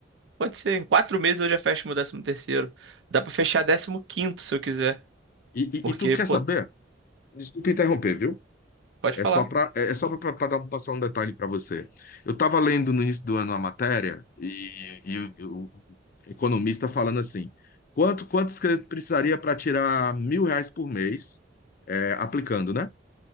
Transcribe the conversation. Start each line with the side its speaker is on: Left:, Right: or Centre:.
Right: Pode ser, em quatro meses eu já fecho meu décimo terceiro. Dá pra fechar décimo quinto se eu quiser,
Left: E,
Right: porque,
Left: e, e tu quer
Right: pô,
Left: saber? Desculpa interromper, viu?
Right: pode
Left: É
Right: falar.
Left: só para é é só para dar passar um detalhe para você. Eu estava lendo no início do ano a matéria e, e o, o economista falando assim, quanto quantos que precisaria para tirar mil reais por mês é, aplicando, né?